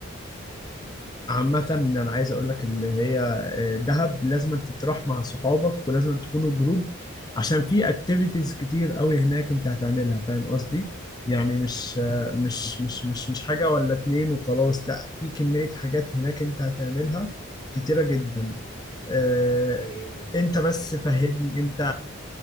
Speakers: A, on the left (about 20°); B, on the left (about 85°).
A: عامة أنا عايز أقول لك إن هي آه، دهب لازم تروح مع صحابك ولازم تكونوا جروب عشان في أكتيفيتيز كتير قوي هناك أنت هتعملها فاهم قصدي؟
B: امم
A: يعني مش آه، مش مش مش مش حاجة ولا اتنين وخلاص لا في كمية حاجات هناك أنت هتعملها كتيرة جدا
B: امم
A: آه،
B: زي ايه كده
A: أنت بس فهمني أنت